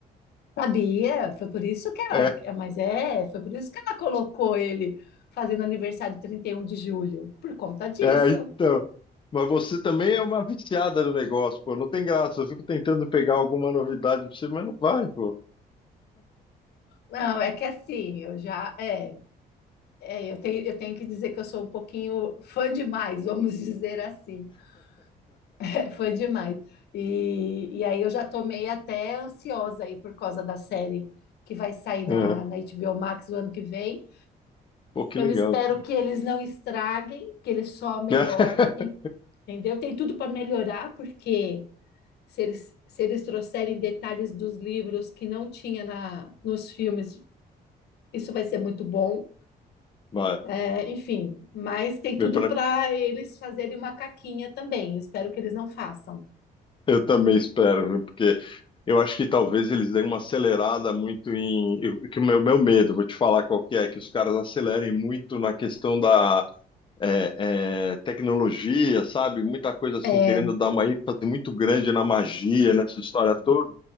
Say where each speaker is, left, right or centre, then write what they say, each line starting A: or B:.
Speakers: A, on the left; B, on the left.
A: Sabia, foi por isso que ela,
B: É.
A: é, mas é, foi por isso que ela colocou ele fazendo aniversário 31 de julho, por conta disso.
B: É, então. Mas você também é uma viciada no negócio, pô. Não tem graça. Eu fico tentando pegar alguma novidade pra você, mas não vai, pô.
A: Não, é que assim, eu já, é, é, eu tenho, eu tenho que dizer que eu sou um pouquinho fã demais, vamos dizer assim, <laughs> fã demais. E, e aí eu já tô meio até ansiosa aí por causa da série que vai sair na,
B: É.
A: na HBO Max o ano que vem.
B: Pô, que
A: Eu
B: legal.
A: espero
B: cara.
A: que eles não estraguem, que eles só melhorem,
B: <laughs>
A: tem- entendeu? Tem tudo para melhorar, porque se eles, se eles trouxerem detalhes dos livros que não tinha na, nos filmes, isso vai ser muito bom.
B: Vai.
A: É, enfim, mas tem
B: Eu,
A: tudo
B: pra-
A: para eles fazerem uma caquinha também. Espero que eles não façam.
B: eu também espero, viu? Porque eu acho que talvez eles deem uma acelerada muito em. eu- que o meu, meu medo, vou te falar qual que é, que os caras acelerem muito na questão da é, é, tecnologia, sabe? Muita coisa assim,
A: É,
B: querendo dar uma ênfase muito grande na magia, nessa história toda.